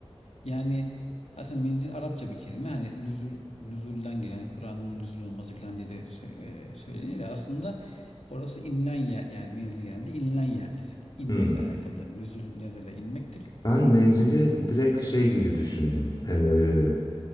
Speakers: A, on the left (about 80°); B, on the left (about 40°).
A: Yani zaten menzil Arapça bir kelime. Hani nüzul, nüzulden gelen, yani Kur'an'ın nüzul olması falan diye de sö- e, söylenir. ya. Aslında orası inilen yer. Yani menzil genelde inilen yerdir. İnmekle
B: Hmm.
A: alakalıdır. Nüzul, nezele inmektir.
B: Ben menzili direkt şey gibi düşündüm. Ee,